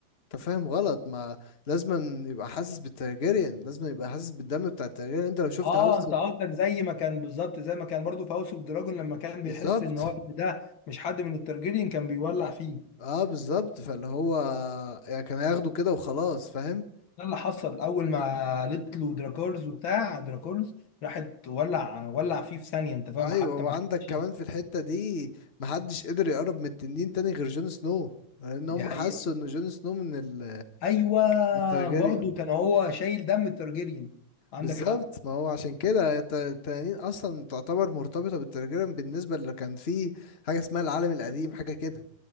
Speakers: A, on the left; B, on the left.
A: فاهم غلط ما لازم يبقى حاسس بالترجيريان لازم يبقى حاسس بالدم بتاع الترجيريان انت لو شفت
B: اه
A: هاوس
B: انت قصدك زي ما كان بالظبط زي ما كان برضو في هاوس اوف دراجون لما كان بيحس
A: بالظبط
B: ان هو إن ده مش حد من الترجيريين كان بيولع فيه
A: اه بالظبط فاللي هو يعني كان هياخده كده وخلاص فاهم
B: ده اللي حصل اول ما قالت له دراكورز وبتاع دراكورز راحت ولع ولع فيه في ثانيه انت فاهم
A: ايوه
B: حتى
A: وعندك
B: ما خدش
A: كمان في الحتة دي محدش قدر يقرب من التنين تاني غير جون سنو لان هم
B: دي حقيقه
A: حسوا ان جون سنو من ال
B: ايوه
A: من الترجيريان
B: برضو كان هو شايل دم الترجيريين عندك
A: بالظبط
B: حق
A: ما هو عشان كده الت- التنانين اصلا تعتبر مرتبطة بالترجيريان بالنسبة اللي كان فيه حاجة اسمها العالم القديم حاجة كده